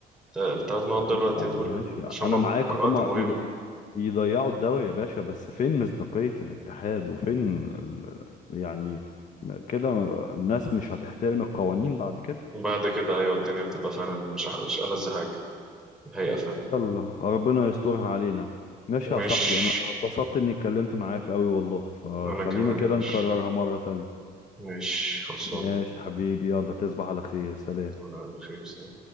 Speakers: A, in the centre; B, on the left.
A: الثلاث نقط
B: هم
A: دلوقتي
B: آه،
A: دول
B: ما ماشي
A: عشان
B: انا
A: هما في
B: معاك
A: وقت
B: هما
A: مهم
B: يض- يضيعوا الدوري يا باشا بس فين مصداقية الاتحاد وفين ال... يعني م- كده الناس مش هتحترم القوانين بعد كده
A: بعد كده ايوه الدنيا هتبقى فعلا مش مش ألذ حاجة هي فعلا
B: يلا ربنا يسترها علينا ماشي
A: مش
B: يا صاحبي انا اتبسطت اني اتكلمت معاك قوي والله فخلينا
A: انا كمان
B: كده
A: يا باشا
B: نكررها مرة تانية
A: مش خلصانة
B: ماشي حبيبي يلا تصبح على خير سلام
A: انا على خير سلام